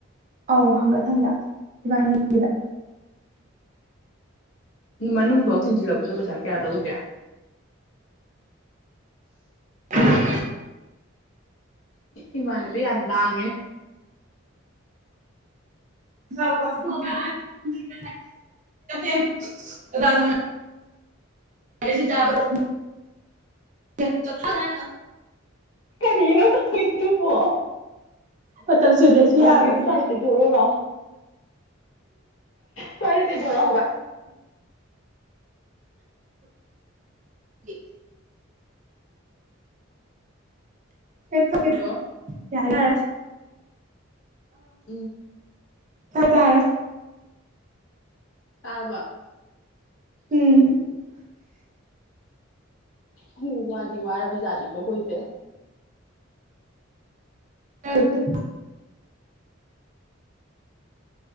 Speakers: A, on the right; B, on the left.
A: ꯑꯧ ꯍꯪꯀꯠꯊꯟꯗ ꯏꯕꯥꯅꯤꯒꯤꯗ
B: ꯃꯅꯨꯡ ꯐꯥꯎ ꯊꯤꯟꯖꯤꯜꯂꯛꯄꯗ ꯄꯩꯁꯥ ꯀꯌꯥ ꯂꯧꯒꯦ
A: <unintelligible>
B: ꯏꯃꯅꯦꯕꯤ ꯑ ꯂꯥꯡꯉ
A: <inaudible> ꯀꯁꯤ ꯇꯕ꯭ꯔ <inaudible>
B: ꯀꯔꯤꯉ ꯇꯣꯏ ꯊꯕ
A: ꯃꯇꯝ ꯁꯨꯗ꯭ꯔꯁꯨ
B: ꯊꯒꯅꯨ
A: ꯌꯥꯕꯅꯦ
B: ꯆꯜꯁꯤ ꯊꯔ ꯂ ꯇꯣꯏ ꯑꯗꯨꯗꯔꯣ ꯍꯕ
A: <unintelligible> ꯀ
B: ꯍꯜꯂꯣ
A: ꯌꯥ
B: ꯎꯝ
A: ꯍ ꯇꯔꯦ
B: ꯇꯥꯕ
A: ꯎꯝ
B: ꯍ ꯋꯥꯗꯤ ꯋꯥꯔꯕꯖꯥꯠꯗꯤꯀꯣꯈꯣꯏꯁꯦ
A: ꯌꯦꯗ